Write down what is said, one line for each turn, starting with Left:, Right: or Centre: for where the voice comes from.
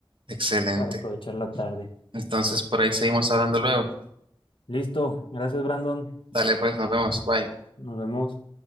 Right: Excelente.
Left: para aprovechar la tarde.
Right: Entonces por ahí seguimos hablando luego.
Left: Listo, gracias Brandon,
Right: Dale pues, nos vemos. Bye.
Left: nos vemos.